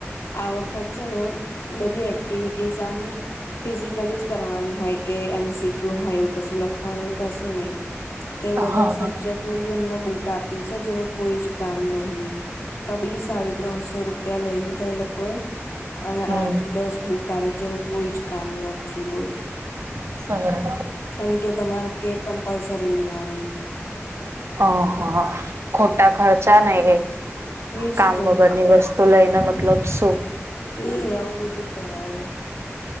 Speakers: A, on the left; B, on the right.
A: આ વખત છે ને બધી એક્ટિવિટીસ આમ ફિઝિકલી જ કરવાની હોય કે એમસીક્યુ હોય એવું કશું લખવાનું કશું નહી. તો એ બધા
B: હા
A: સબ્જેક્ટની બી અમને બુક આપી છે જેનું કોઈ જ કામ નહી. ત બી સાડી ત્રણસો રૂપિયા લઈ લીધા એ લોકોએ. અને
B: હમ
A: આઠ દસ બુકારી જેનું કોઈ જ કામ નથી બોલતી.
B: સરે.
A: કાર કે તમારે કેક કમ્પલસરી લેવાની.
B: ઓહ ખોટા ખર્ચા ને એ.
A: એજ
B: કામ
A: તો
B: વગર ની વસ્તુ લઈને મતલબ શું.?
A: એ આવું બધું કરાવે.